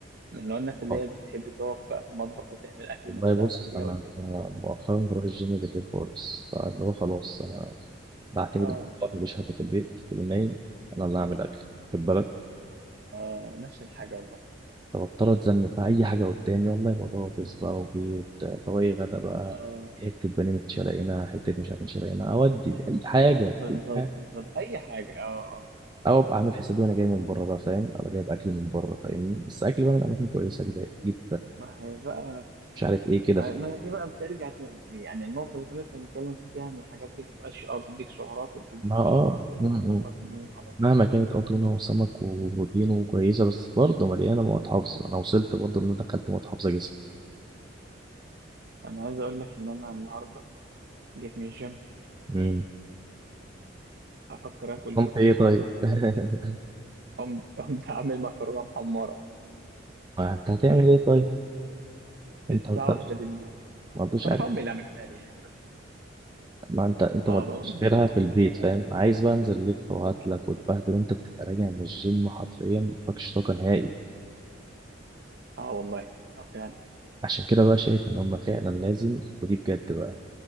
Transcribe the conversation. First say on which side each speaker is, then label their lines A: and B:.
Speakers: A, on the right; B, on the right.
A: من نوع الناس
B: خالص.
A: اللي هي بتحب تقف بقى في المطبخ وتعمل اكل
B: والله
A: نفسها
B: بص
A: بعديها
B: انا
A: ولا ايه الدنيا
B: أنا مؤخرا بروح الجيم بالليل خالص فاللي هو خلاص انا بعتمد
A: اه
B: على الوقت، مفيش حد في البيت كله نايم انا اللي هعمل اكل خد بالك
A: اه نفس الحاجه والله
B: فبضطر اتذنب في اي حاجه قدامي والله بطاطس بقى وبيض طواجي غدا بقى
A: اه
B: حته بانيه متشلقينه حته مش عارف متشلقينه اودي
A: حته
B: اي حاجه
A: بالظبط
B: اي حاجه
A: بالظبط اي حاجه اه اه
B: او ابقى اعمل حسابي وانا جاي من بره بقى فاهم انا جايب اكل من بره فاهمني بس اكل بقى من اماكن كويسه اجيب اجيب
A: ما هي بقى
B: مش عارف ايه كده
A: ما ما هي دي بقى بترجع ت- يعني النقطه اللي كنا لسه بنتكلم فيها ان الحاجات دي بتبقاش اه بتديك سعرات وبتديك
B: ما اه
A: مش عارف بس
B: م-
A: مش
B: م.
A: مضمون على بعض.
B: مهما كانت اه تونه وسمك وبروتين وكويسه بس برضه مليانه مواد حافظه انا وصلت برضه ان أنا دخلت مواد حافظه جسمي
A: انا عايز اقول لك ان انا النهارده جيت من الجيم
B: امم
A: افكر اكل
B: قمت
A: ايه وبتاع
B: ايه طيب
A: قمت عامل
B: <laughs>
A: قمت قمت عامل مكرونه محمره
B: ما انت هتعمل ايه طيب انت
A: الساعه
B: ما عندكش
A: واحدة بالليل
B: ما عندوش
A: بصراحه امي اللي عملتها لي يعني بس
B: ما انت انت
A: اه
B: ما
A: بقول لك بصراحه
B: غيرها في
A: امي
B: البيت
A: اللي عملتها
B: فاهم
A: لي بس
B: عايز بقى انزل الف وهاتلك وتبهدل وانت بتبقى راجع من الجيم حرفيا مفيكش طاقه نهائي
A: اه والله اه فعلا
B: عشان كده بقى شايف ان هم فعلا لازم ودي بجد بقى